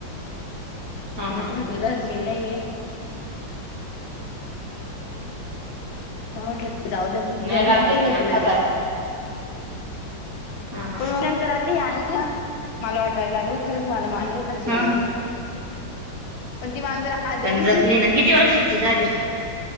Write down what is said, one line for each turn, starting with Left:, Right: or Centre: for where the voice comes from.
Right: ह
Left: म
Right: ह
Left: तुला म्हटलं धार्जिन नाहीेय मं म्हटलं जाऊदे.
Right: नाही
Left: देऊन
Right: राहते
Left: टाकली मी
Right: की एखाद्याला
Left: तिला रिटर्न
Right: हा
Left: पण मग नंतर आता आणलं. मला वाटायला लागल खरंच मला मांजर धार्जिण
Right: हा
Left: नाहीय. पण ती माांजरा आजारीच
Right: पण जगली
Left: होती
Right: ना किती वर्षाची झाली